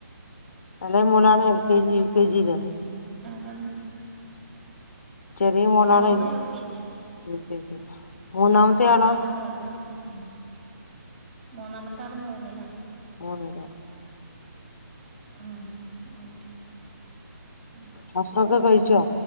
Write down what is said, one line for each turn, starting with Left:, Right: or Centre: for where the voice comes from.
Left: എളേ
Right: ഉം
Left: മോളാണ് L K G U K ജില്
Right: വേറെന്ത്
Left: ചെറിയ മോളാണ്
Right: മോള് U K G
Left: U K G മൂന്നാമത്തെ ആളോ
Right: ആ ചെറുതാ ഉം മൂന്നാമത്താള് മൂന്നില
Left: മൂന്ന്ല്
Right: ഉം മൂന്നില ഉം
Left: ഭക്ഷണൊക്കെ കഴിച്ചോ